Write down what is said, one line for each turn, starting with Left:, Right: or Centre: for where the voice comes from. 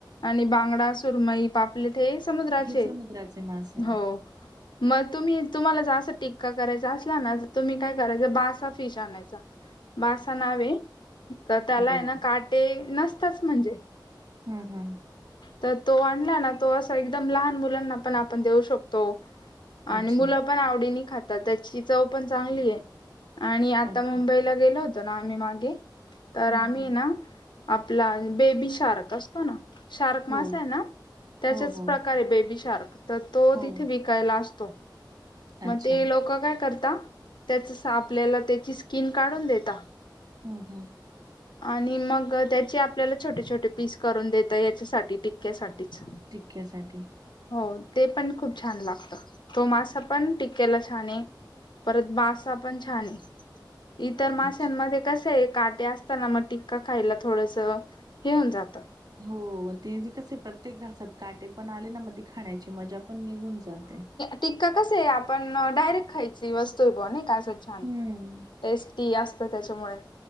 Left: आणि बांगडा, सुरमई, पापलेट. ते समुद्राचे
Right: हे समुद्राचे मासे आहे.
Left: हो. मग तुम्ही तुम्हाला जास् टिक्का करायचा असला ना तुम्ही काय करायच बासा फिश आणायचा. बासा नावं आहे तर त्याला
Right: बरं
Left: आहे, ना काटे नसतंच म्हणजे.
Right: हा हा.
Left: तर तो आणला ना तो असा एकदम लहान मुलांना पण आपण देऊ शकतो. आणि
Right: अच्छा
Left: मुलं पण आवडीने खातात त्याची चव पण चांगली आहे. आणि आता
Right: ओके
Left: मुंबईला गेलो होतो, ना आम्ही मागे तर
Right: हम्म
Left: आम्ही
Right: हम्म
Left: ना आ आपला बेबी शार्क असतो ना. शार्क
Right: हो
Left: मास आहे, ना त्याच्याच
Right: हो हो
Left: प्रकारे बेबी शार्क तर तो
Right: हो
Left: तिथे विकायला असतो. तो
Right: अच्छा
Left: मग ते लोक काय करत त्या आपल्याला त्याची स्किन काढून देता.
Right: हम्म हम्म.
Left: आणि मग त्याचे आपल्याला छोटे, छोटे पीस करून देत याच्यासाठी टिक्क्यासाठीच.
Right: टिकक्यासाठी.
Left: हो ते पण खूप छान लागत तो मासा पण टिकेला छान आहे. परत बासा पण छान आहे. इतर माशांमध्ये
Right: अच्छा
Left: कसे आहे, काटे असताना मग टिक्का खायला थोडंस. तर हेऊन जात.
Right: हो ते कसे प्रत्येक घासात काटे पण आले ना म ती खाण्याची मजा पण निघून जाते.
Left: टिक्का कसं आहे. पण डायरेक्ट खायची वस्तू ब नाही का अस छान
Right: हम्म
Left: टेस्टी असत प त्याच्यामुळे